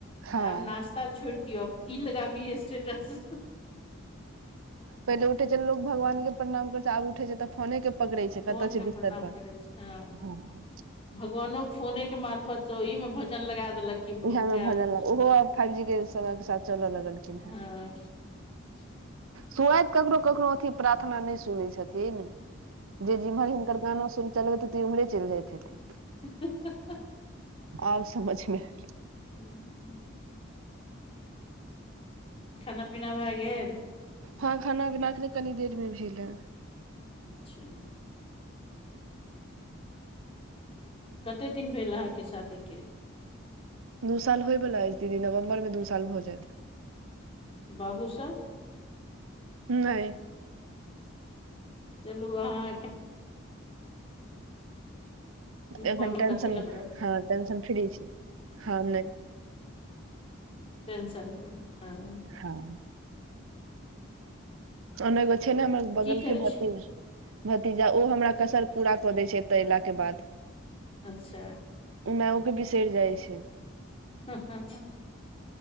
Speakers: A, on the right; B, on the left.
A: हँ
B: तऽ आब नास्ता छोड़ दियौ आब की लगाबी स्टेटस।
A: पहिले उठे छै लोग भगवान के प्रणाम कर छै आब उठे छै त फोने के पकड़े छैय कतऽ
B: फोन के
A: छै
B: प्रणाम
A: बिस्तर पर
B: करै छी हँ
A: ह।
B: भगवानो के फोने के मार्फत छैय ओही मे जन लगा देलक क भर
A: इहे मे
B: के
A: भऽ
B: त
A: गेल
B: सुन
A: ओहो आब फाइव जी के समय के साथ चलऽ लगलखिन
B: ह <unintelligible> <inaudible>
A: सुअैत ककरो ककरे अथी प्रार्थना नैय सुनै छथिन जे जिम्हर हिनकर गाना सुन चलबैत हेतै उमहरे चैल जैत हेथीन।
B: ह ह ह
A: आब समझ मेे एलै।
B: हूँ खाना पीना भए गेल।
A: हं खाना -पीना अखने कनी देर मे भेल ए।
B: अच्छा कते दिन भेल आहाँ के शादी के?
A: दू साल होयवला अैछ दीदी नवम्बर मे दू साल भऽ जैत।
B: बाबू सब।
A: नैय
B: चलू आहाँ एखैन
A: एखन
B: पढ़ू
A: टेंशन
B: कथी लए पड़ब
A: हँ टेंशन फ्री छी ह नैय
B: टेंशन फ्री हं।
A: हँ तहन एगो छै ने हमर बगल
B: की करै
A: के
B: छी
A: भतीज भतीजा ओ हमरा कसर पूरा कऽ दै छै एत एला के बाद।
B: अच्छा
A: मैओ के बिसरि जाइ छै।
B: हा हा हा